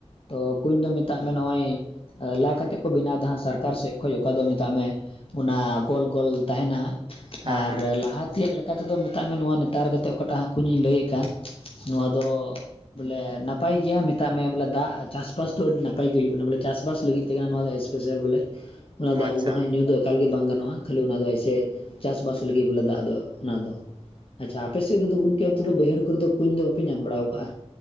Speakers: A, on the left; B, on the right.
A: ᱛᱚ ᱠᱩᱧ ᱫᱚ ᱢᱮᱛᱟᱜ ᱢᱮ ᱱᱚᱜᱼᱚᱭ ᱟ ᱞᱟ ᱠᱟᱛᱮᱫ ᱠᱚ ᱵᱮᱱᱟᱣ ᱫᱚ ᱦᱟᱸᱜ ᱥᱟᱨᱠᱟᱨ ᱥᱮᱫ ᱠᱷᱚᱡ ᱚᱠᱟ ᱫᱚ ᱢᱮᱛᱟᱜ ᱢᱮ ᱚᱱᱟ ᱜᱳᱞ ᱜᱳᱞ ᱛᱟᱦᱮᱱᱟ
B: ᱦᱮᱸ
A: ᱟᱨ
B: ᱦᱮᱸ
A: ᱞᱟᱦᱟ ᱛᱮᱭᱟᱜ ᱞᱟᱹᱠ ᱠᱟ ᱛᱮᱫᱚ ᱢᱮᱛᱟᱜ ᱱᱚᱣᱟ ᱱᱮᱛᱟᱨ ᱠᱟᱛᱮᱫ ᱚᱠᱟᱴᱟᱜ ᱦᱟᱸᱜ ᱠᱩᱧ ᱤᱧ ᱞᱟᱹᱭᱮᱜ ᱠᱟᱱ ᱱᱚᱣᱟ ᱫᱚ ᱵᱚᱞᱮ ᱱᱟᱯᱟᱭ ᱜᱮᱭᱟ ᱢᱮᱛᱟᱜ ᱢᱮ ᱵᱚᱞᱮ ᱫᱟᱜ ᱪᱟᱥᱵᱟᱥ ᱫᱚ ᱟᱹᱰᱤ ᱱᱟᱯᱟᱭ ᱜᱮ ᱦᱩᱭᱩᱜ ᱠᱟᱱᱟ ᱵᱚᱞᱮ ᱪᱟᱥᱵᱟᱥ ᱞᱟᱹᱜᱤᱫ ᱛᱮ ᱱᱟᱸᱜ ᱱᱚᱣᱟ ᱫᱚ ᱮᱥ ᱯᱮᱥᱮᱞ ᱵᱚᱞᱮ, ᱚᱱᱟ ᱫᱟᱜ
B: ᱟᱪᱪᱷᱟ
A: ᱠᱚᱫᱚ ᱦᱟᱸᱜ ᱧᱩ ᱫᱚ ᱮᱠᱟᱞ ᱜᱮ ᱵᱟᱝ ᱜᱟᱱᱚᱜᱼᱟ ᱠᱷᱟᱹᱞᱤ ᱚᱱᱟ ᱫᱚ ᱮᱭᱥᱮ ᱪᱟᱥᱵᱟᱥ ᱞᱟᱹᱜᱤᱫ ᱵᱚᱞᱮ ᱫᱟᱜ ᱫᱚ, ᱚᱱᱟ ᱫᱚ ᱟᱪᱪᱷᱟ, ᱟᱯᱮ ᱥᱮᱫ ᱟᱫᱚ ᱜᱚᱢᱠᱮ ᱚᱱᱛᱮ ᱫᱚ ᱵᱟᱹᱭᱦᱟᱹᱲ ᱠᱚᱨᱮ ᱫᱚ ᱠᱩᱸᱧ ᱫᱚ ᱵᱟᱯᱮ ᱧᱟᱢ ᱵᱟᱲᱟᱣ ᱠᱟᱜᱼᱟ?